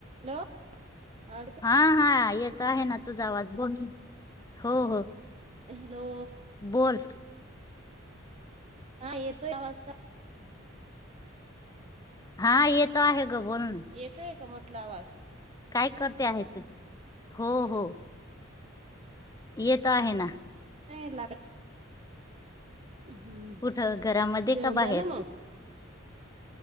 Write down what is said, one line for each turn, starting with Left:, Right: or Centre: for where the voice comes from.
Right: Hello आवाज
Left: हा, हा येत आहे ना तुझा आवाज बोल हो, हो.
Right: हॅलो!
Left: बोल.
Right: हा येतोय आवाज का.
Left: हा येत आहे. ग बोल ना
Right: येतोय का म्हणटल आवाज.
Left: काय
Right: नाही
Left: करते आहे तू. हो हो. येत आहे ना.
Right: नाही लागत. हम्म
Left: कुठं घरामध्ये
Right: जेवन
Left: का
Right: झालं
Left: बाहेर
Right: मग.